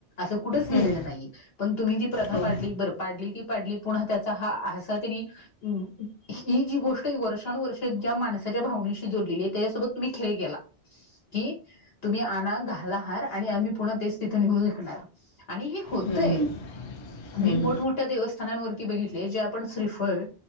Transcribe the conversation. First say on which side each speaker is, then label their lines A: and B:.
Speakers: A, on the left; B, on the left.
A: ं कुठच लिहिलेलं
B: हम्म,
A: नाहीय पण तुम्ही ती प्रथा
B: हम्म,
A: पाडली बर पाडली ती पाडली त्याचा हा असा तेनी ही गोस्ट वर्ष्यानु वर्षी ज्या माणसाच्या भावानेनी जली त्याच्यासोबत तुम्ही खेळ केला कि तुम्ही आणा घाला हार आणि आम्ही पुन्हा तेच तिथे निेऊून वीकणार आणि हे होतय
B: हम्म,
A: मी
B: हम्म,
A: मोठमोठ्या देवस्थानांवरती बघितले जे आपण श्रीफळ